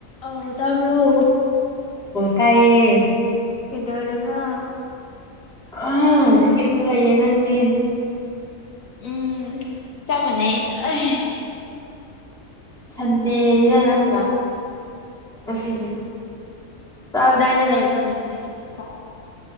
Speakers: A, on the left; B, in the centre.
A: ꯑꯧ ꯇꯥꯕꯔꯣ
B: ꯇꯥꯢꯌꯦ
A: ꯀꯩꯗꯧꯔꯤꯅꯣ
B: ꯑꯍꯝ ꯍꯤꯞꯄ ꯂꯩꯌꯦ ꯅꯪꯗꯤ
A: ꯎꯝ ꯆꯞ ꯃꯥꯟꯅꯩꯌꯦ ꯑꯥꯢ
B: ꯁꯟꯗꯦꯅꯤ ꯅ ꯅꯠꯇ꯭ꯔꯥ ꯉꯁꯤꯗꯤ ꯆꯥꯛ
A: ꯗꯥꯏꯗ ꯂꯕ꯭ꯔ ꯅꯣꯏꯗꯤ ꯍꯩꯖꯤꯛ ꯀꯥꯟ